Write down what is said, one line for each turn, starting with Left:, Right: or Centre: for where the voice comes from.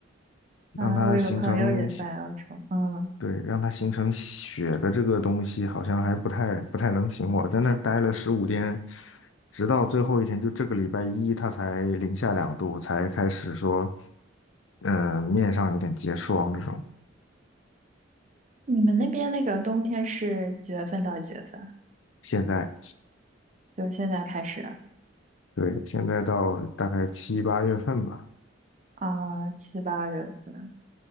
Left: 让它形成
Right: 啊，我有个朋友也在澳洲，嗯，
Left: 对，让它形成雪的这个东西，好像还不太不太能行。我在那儿待了十五天，直到最后一天，就这个礼拜一，它才零下两度，才开始说，呃，面上有点结霜这种。
Right: 你们那边那个冬天是几月份到几月份啊？
Left: 现在，
Right: 就现在开始
Left: 对，现在到大概七八月份吧，
Right: 啊，七八月份，